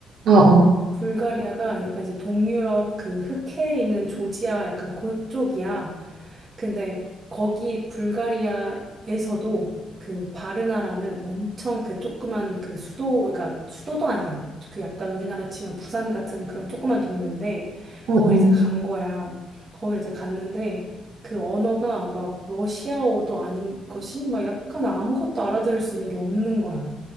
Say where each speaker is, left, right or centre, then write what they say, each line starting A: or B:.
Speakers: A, on the right; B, on the right.
A: 어, 어.
B: 어, 불가리아가 약간 이제 동유럽 그 흑해에 있는 조지아 약간 그쪽이야. 근데 거기 불가리아에서도 그 바르나라는 엄청 그 조그만 그 수도, 그러니까 수도도 아니야. 그 약간 우리나라 치면 부산 같은 그런 조그만 동네인데
A: 응,
B: 거기
A: 응.
B: 이제 간 거야. 거기를 이제 갔는데 그 언어가 막 러시아어도 아닌 것이 막 약간 아무것도 알아들을 수 있는 게 없는 거야.